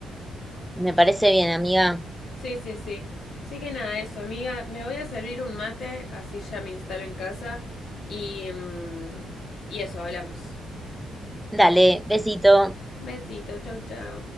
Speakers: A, in the centre; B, on the left.
A: Me parece bien, amiga.
B: Sí, sí, sí. Sí que nada, eso, amiga. Me voy a servir un mate, así ya me instalo en casa. Y, mm, y eso, hablamos.
A: Dale, besito.
B: Besito, chau, chau.